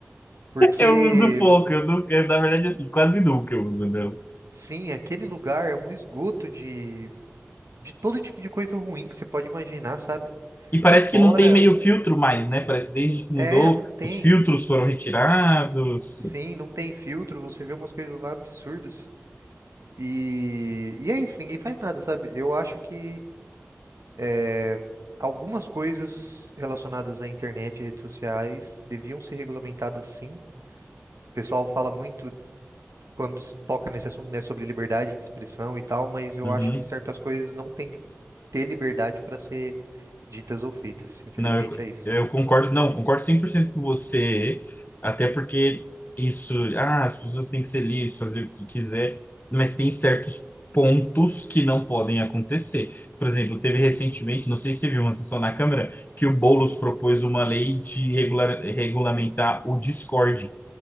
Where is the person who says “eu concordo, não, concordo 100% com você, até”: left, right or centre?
Left